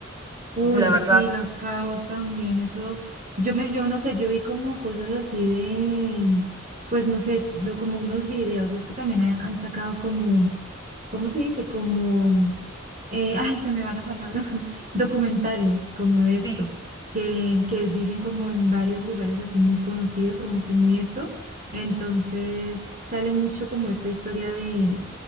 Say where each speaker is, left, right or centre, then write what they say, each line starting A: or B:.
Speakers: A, on the right; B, on the right.
A: Uy,
B: La verdad,
A: sí, Los Cabos también, eso, yo me, yo no sé, yo vi como cosas así de, pues no sé, lo- como unos videos, es que también ha- han sacado como ¿cómo se dice? Como, eh, ay, se me va la palabra, <laughs> documentales como de
B: sí
A: esto, que, que dicen como en varios lugares así muy conocidos, como que muy esto. Entonces sale mucho como esta historia de,